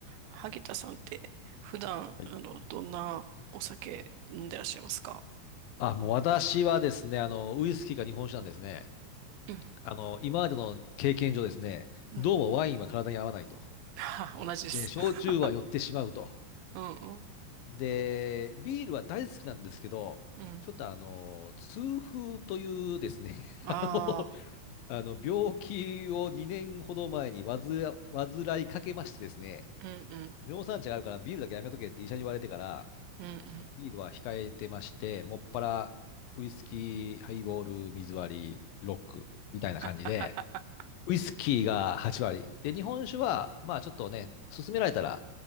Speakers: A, on the right; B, on the left.
A: 萩田さんって普段、
B: はい
A: あの、どんなお酒飲んでらっしゃいますか
B: あ、もう私はですね、あの、ウイスキーか日本酒なんですね。
A: うん、
B: あの、今までの経験上ですね、
A: うん。
B: どうもワインは体に合わないと。
A: <laughs> 同じです。
B: で、焼酎は酔ってしまうと。
A: <laughs> うんうん、
B: で、ビールは大好きなんですけど、
A: うん。
B: ちょっとあの、痛風というですね、<laughs>
A: ああ、
B: あの、あの病気を2年ほど前に患わず、患いかけましてですね、
A: うんうん、
B: 尿酸値があるからビールだけやめとけって医者に言われてから、
A: うん
B: ビールは控えてまして、もっぱらウイスキー、ハイボール、水割り、ロックみたいな感じで、
A: うん。<laughs>
B: ウイスキーが8割。で、日本酒は、まあちょっとね、勧められたら、